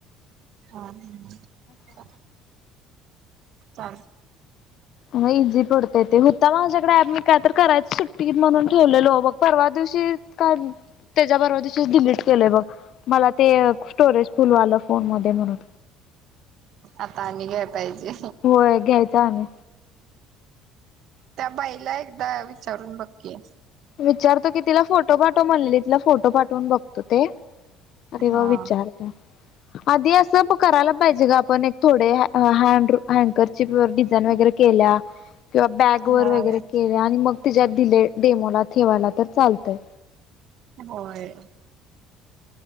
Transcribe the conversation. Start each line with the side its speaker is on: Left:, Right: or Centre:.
Right: हा ह. चाल.
Left: म इझी पडतय ते होता माझ्याकडे ऍमिक काय तर करायच सुट म्हणून ठेवलेलो ब परवा दिवशी काय? त्याच्याबरोबर डिलीट केलंय बघ मला ते स्टोरेज फुलवालं फोन मध्ये म्हणून
Right: आता आणि घ्याय पाहिजे.
Left: होय घ्यायचा आणि
Right: त्या बाईला एकदा विचारून बघकी
Left: विचारतो की तिला फोटो पाठव म्हणलेली तिला फोटो पाठवून बघतो ते. अरेव
Right: हा.
Left: विचारता. आधी अस करायला पाहिजे ग आपण एक थोडे हँड हँकरची डिझाईन वगैरे केला. किंवा बॅग वर
Right: होय
Left: वगैरे केले आणि मग तिच्यात दिले डेमोला ठेवायला तर चालतय.
Right: होय